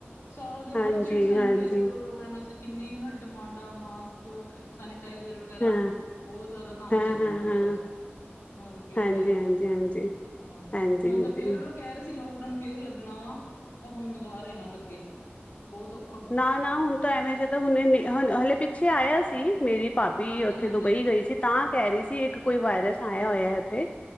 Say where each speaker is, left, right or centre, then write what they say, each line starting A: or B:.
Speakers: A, on the left (about 85°); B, on the left (about 30°).
A: ਸਾਰਾ ਦੇ ਹਰ
B: ਹਾਂਜੀ
A: ਚੀਜ਼ ਸੈਨਟਾਈਜ਼
B: ਹਾਂਜੀ
A: ਕਰੋ ਰੋ ਸੀ ਕਿੰਨੀ ਉਹਨਾਂ ਦੀ ਡਿਮਾਂਡਾਂ ਮਾਸਕ ਸੈਨਟਾਈਜ਼ਰ ਵਗੈਰਾ
B: ਹਾਂ
A: ਬਹੁਤ ਜ਼ਿਆਦਾ ਕੰਮ
B: ਹਾਂ
A: ਚੱਲਿਆ
B: ਹਾਂ
A: ਉਹਨਾਂ
B: ਹਾਂ
A: ਦਾ ਤਾਂ ਹੋਰ ਕੀ
B: ਹਾਂਜੀ
A: ਦੇਖ ਲੋ,
B: ਹਾਂਜੀ ਹਾਂਜੀ
A: ਹਾਂ
B: ਹਾਂਜੀ
A: ਹੁਣ
B: ਹਾਂਜੀ
A: ਤਾਂ ਫੇਰ ਲ ਕਹਿ ਰਹੇ ਸੀ ਲੋਕਡਾਊਨ ਫੇਰ ਲੱਗਣਾ ਵਾ। ਪਰ ਹੁਣ ਦੁਬਾਰੇ ਨਾ ਲੱਗੇ ਬਹੁਤ ਔਖੇ
B: ਨਾ, ਨਾ ਹੁਣ ਤਾਂ ਐਵੇਂ ਜਿਵੇਂ, ਤਾਂ ਹੁ ਹ ਹਲੇ ਪਿੱਛੇ ਆਇਆ ਸੀ ਮੇਰੀ ਭਾਬੀ
A: ਹਾਂਜੀ
B: ਉੱਥੇ
A: ਹਾਂਜੀ
B: ਦੁਬਈ ਗਈ ਸੀ। ਤਾਂ, ਕਹਿ ਰਹੀ ਸੀ ਇੱਕ ਕੋਈ ਵਾਇਰਸ ਆਇਆ ਹੋਇਆ ਉੱਥੇ।